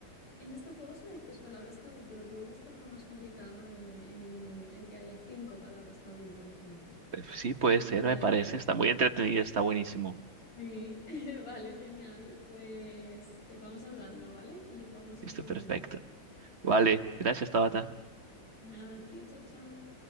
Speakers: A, on the left (about 85°); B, on the right (about 40°).
A: en este juego solo hay tres palabras tabú, pero puedo buscar uno más complicado en, en el que haya cinco palabras tabú, por ejemplo.
B: Eh, Sí, puede ser,
A: ¿Te parece?
B: me parece. Está muy entretenida, está buenísimo.
A: Sí, <laughs> vale, genial. Pues eh, vamos hablando, ¿vale? Y jugamos en
B: Listo,
A: otro
B: perfecto.
A: momento.
B: Vale. Gracias, Tabata.
A: Nada, a ti, chao, chao.